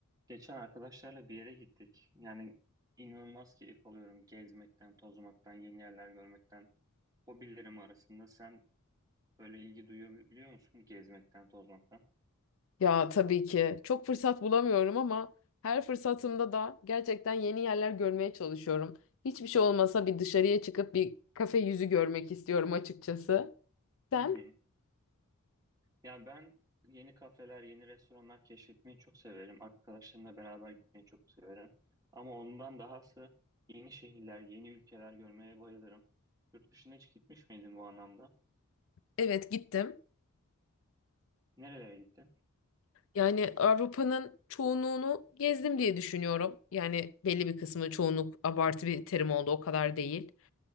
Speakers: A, on the right; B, on the left.
A: Geçen arkadaşlarla bir yere gittik. Yani inanılmaz keyif alıyorum gezmekten, tozmaktan, yeni yerler görmekten. Hobilerim arasında sen böyle ilgi duyabiliyor musun gezmekten, tozmaktan?
B: Ya tabii ki çok fırsat bulamıyorum ama her fırsatımda da gerçekten yeni yerler görmeye çalışıyorum. Hiçbir şey olmasa bir dışarıya çıkıp bir kafe yüzü görmek istiyorum açıkçası. Sen?
A: Hı hı. Ya ben yeni kafeler, yeni restoranlar keşfetmeyi çok severim. Arkadaşlarımla beraber gitmeyi çok severim. Ama ondan dahası yeni şehirler, yeni ülkeler görmeye bayılırım. Yurt dışına hiç gitmiş miydin bu anlamda?
B: Evet gittim.
A: Nerelere gittin?
B: Yani Avrupa'nın çoğunluğunu gezdim diye düşünüyorum. Yani belli bir kısmı çoğunluk abartı bir terim oldu o kadar değil.